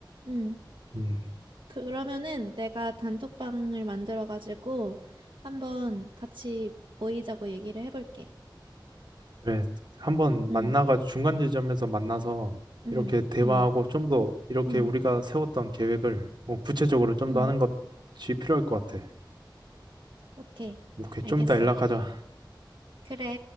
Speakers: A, on the right; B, on the right.
A: 응.
B: 음.
A: 그러면은 내가 단톡방을 만들어가지고 한번 같이 모이자고 얘기를 해볼게.
B: 그래, 한번
A: 응,
B: 만나가 중간 지점에서 만나서
A: 응,
B: 이렇게 대화하고
A: 응,
B: 좀 더 이렇게
A: 응,
B: 우리가 세웠던 계획을 뭐 구체적으로 좀
A: 응.
B: 더 하는 것이 필요할 것 같아.
A: 오케이.
B: 오케이,
A: 알겠어.
B: 좀 이따 연락하자.
A: 그래.